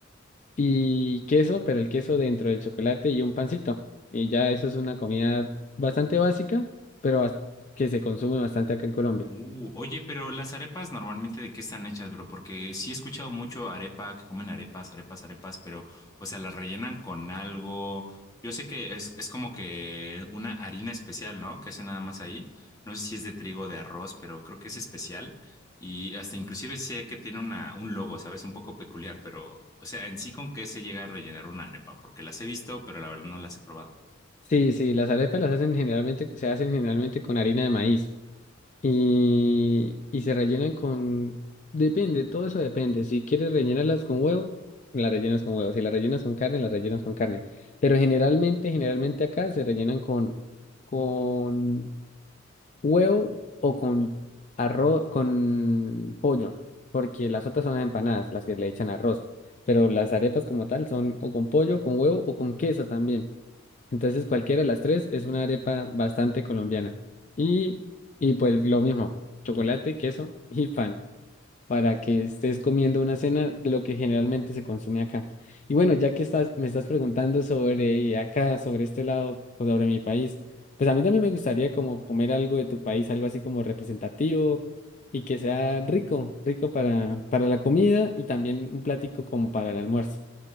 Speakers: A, on the left (about 40°); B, on the left (about 20°).
A: y queso, pero el queso dentro del chocolate y un pancito. Y ya eso es una comida bastante básica, pero bas- que se consume bastante acá en Colombia.
B: Uh, oye, pero las arepas normalmente de qué están hechas, bro? Porque sí he escuchado mucho arepa, que comen arepas, arepas, arepas, pero, o sea, las rellenan con algo. Yo sé que es, es como que una harina especial, ¿no? Que hacen nada más ahí. No sé si es de trigo o de arroz, pero creo que es especial. Y hasta inclusive sé que tiene una, un logo, ¿sabes? Un poco peculiar, pero, o sea, en sí con qué se llega a rellenar una arepa, porque las he visto, pero la verdad no las he probado.
A: Sí, sí, las arepas las hacen generalmente, se hacen generalmente con harina de maíz y, y se rellenan con, depende, todo eso depende. Si quieres rellenarlas con huevo, las rellenas con huevo. Si las rellenas con carne, las rellenas con carne. Pero generalmente, generalmente acá se rellenan con, con huevo o con arroz, con pollo, porque las otras son empanadas, las que le echan arroz. Pero las arepas como tal son o con pollo, con huevo o con queso también. Entonces, cualquiera de las tres es una arepa bastante colombiana. Y, y pues lo mismo, chocolate, queso y pan, para que estés comiendo una cena de lo que generalmente se consume acá. Y bueno, ya que estás, me estás preguntando sobre acá, sobre este lado, o sobre mi país, pues a mí también me gustaría como comer algo de tu país, algo así como representativo y que sea rico, rico para, para la comida y también un plático como para el almuerzo.